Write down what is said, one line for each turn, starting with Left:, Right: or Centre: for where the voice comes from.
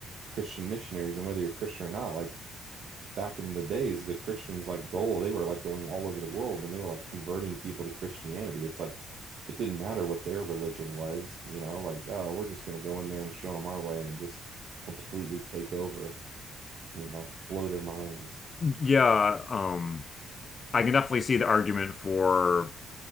Right: Christian missionaries and whether you're Christian or not like back in the days, the Christians like goal, they were like going all over the world and they were like converting people to Christianity. It's like it didn't matter what their religion was, you know, like, oh, we're just going to go in there and show them our way and just completely take over, you know, blow their minds.
Left: Yeah, um, I can definitely see the argument for